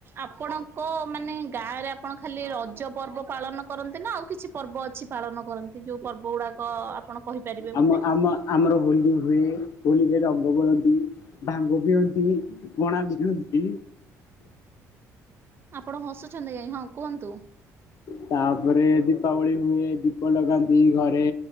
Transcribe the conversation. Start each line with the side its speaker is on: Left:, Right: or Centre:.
Right: ଆପଣଙ୍କ ମାନେ ଗାଁରେ ଆପଣ ଖାଲି ରଜ ପର୍ବ ପାଳନ କରନ୍ତି ନା ଆଉ କିଛି ପର୍ବ ଅଛି ପାଳନ କରନ୍ତି ଯୋଉ ପର୍ବ ଗୁଡାକ ଆପଣ କହିପାରିବେ
Left: ଆମ
Right: ମତେ।
Left: ଆମ ଆମର ହୋଲି ହୁଏ ହୋଲିରେ ରଙ୍ଗ ବଳନ୍ତି। ଭାଙ୍ଗ ବିିଅନ୍ତି ପଣା ବିିଅନ୍ତି।
Right: ଆପଣ ହସୁଛନ୍ତି ଯାଇ ହଁ କୁହନ୍ତୁ
Left: ତାପରେ ଦୀପାବଳି ହୁଏ ଦୀପ ଲଗାନ୍ତି ଘରେ